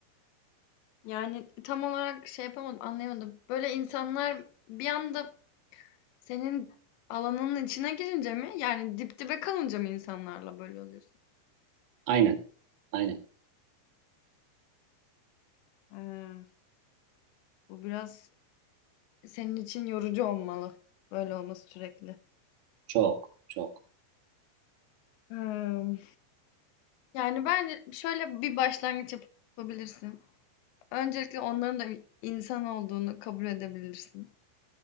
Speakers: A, on the left; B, on the right.
A: Yani tam olarak şey yapamadım, anlayamadım. Böyle insanlar bir anda senin alanının içine girince mi? Yani dip dibe kalınca mı insanlarla böyle oluyorsun?
B: Aynen. Aynen.
A: Ee, bu biraz Senin için yorucu olmalı böyle olması sürekli.
B: Çok çok.
A: Hmm, Yani bence şöyle bir başlangıç yapabilirsin. Öncelikle onların da bir insan olduğunu kabul edebilirsin.